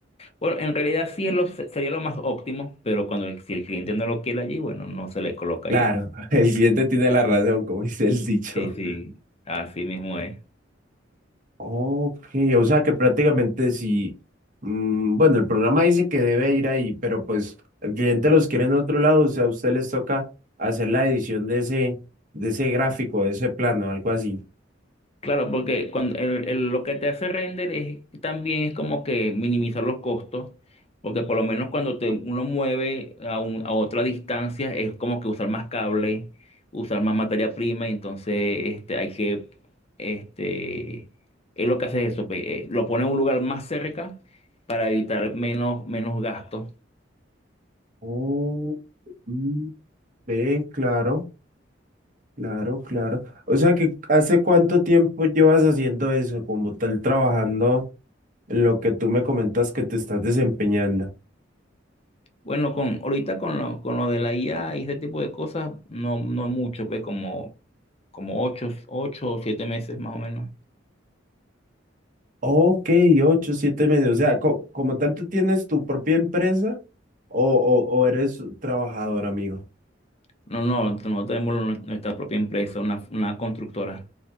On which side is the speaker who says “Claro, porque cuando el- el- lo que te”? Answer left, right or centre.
Left